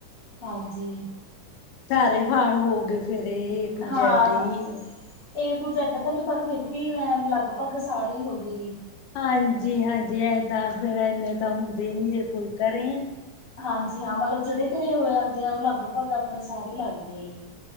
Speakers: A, on the left; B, on the left.
A: ਹਾਂਜੀ।
B: ਭੈਰੇ ਹਾਲ ਹੋ ਗਏ ਫੇਰ ਏ ਟੂੰ
A: ਹਾਂ
B: ਜੈਡ ਈ।
A: ਏ ਟੂ ਜੈੱਡ ਤਾਂ ਨੀ ਪਰ ਫਿਰ ਵੀ ਹਾਂ ਲਗਭਗ ਸਾਰੀ ਹੋ ਗਈ।
B: ਹਾਂਜੀ-ਹਾਂਜੀ, ਐ ਤਾਂ ਫੇਰ ਐਨੇ ਤਾਂ ਹੁੰਦੇ ਈ ਨੀ ਜੇ ਕੋਈ ਕਰੇ।
A: ਹਾਂਜੀ ਹਾਂ, ਮਲਬ ਜਿਹੜੇ ਘਰੇ ਹੋ ਜਾਂਦੇ ਆ ਉਹ ਲਗਭਗ ਆਪਣੇ ਸਾਰੇ ਈ ਲੱਗਦੇ ਆ ਜੀ।